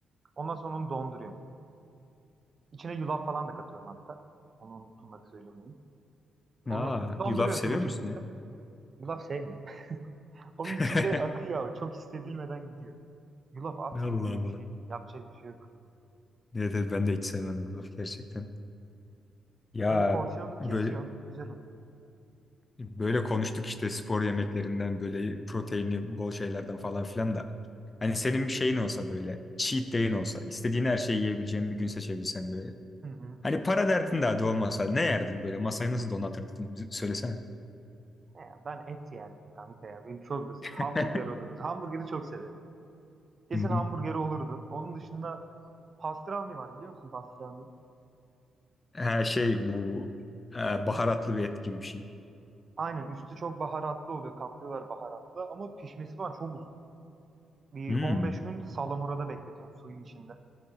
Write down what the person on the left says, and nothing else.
Aa,
yulaf seviyor
musun
<laughs>
Allah
Allah.
Evet evet ben de hiç sevmem bu laf gerçekten. Ya
böyle
böyle konuştuk işte spor yemeklerinden böyle proteini bol şeylerden falan filan da. Hani senin bir şeyin olsa böyle cheat day'in olsa istediğin her şeyi yiyebileceğin bir gün seçebilsen böyle.
Hani para derdin daha da olmasa ne yerdin böyle masayı nasıl donatırdın Bize- söylesene.
<laughs>
Hı hı.
Ha şey bu e, baharatlı bir et gibi bir şey.
Hmm.